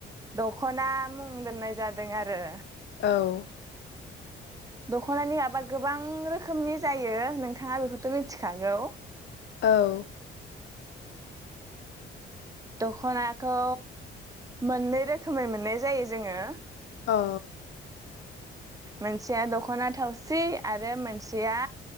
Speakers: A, on the right; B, on the left.
A: दख'ना मुं दोननाय जादों आरो
B: औ
A: दख'नानि गाबा गोबां रोखोमनि जायो नोंथाङा बेखौथ' मिन्थिखागौ
B: औ
A: दखनाखौ मोननै रोखोमै मोननाय जायो जोङो
B: औ
A: मोनसेया दख'ना थावसि आरो मोनसेया